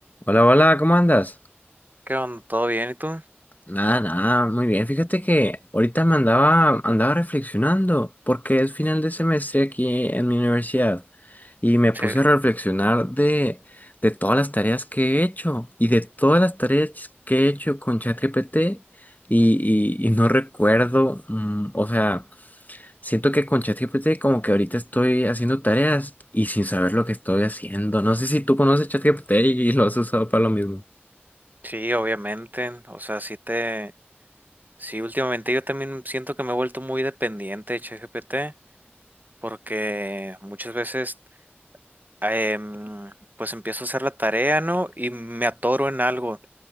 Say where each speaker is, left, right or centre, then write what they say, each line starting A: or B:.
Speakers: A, on the left; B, on the right.
A: Hola, hola, ¿cómo andas?
B: ¿Qué onda? ¿Todo bien? ¿Y tú?
A: Nada, nada, muy bien. Fíjate que ahorita me andaba, andaba reflexionando porque es final de semestre aquí en mi universidad y me puse
B: Sí.
A: a reflexionar de, de todas las tareas que he hecho y de todas las tareas que he hecho con ChatGPT y, y, y no recuerdo, mm, o sea, siento que con ChatGPT como que ahorita estoy haciendo tareas y sin saber lo que estoy haciendo. No sé si tú conoces ChatGPT y lo has usado para lo mismo.
B: Sí, obviamente. O sea, sí te... Sí, últimamente yo también siento que me he vuelto muy dependiente de ChatGPT porque muchas veces em, pues empiezo a hacer la tarea, ¿no? Y me atoro en algo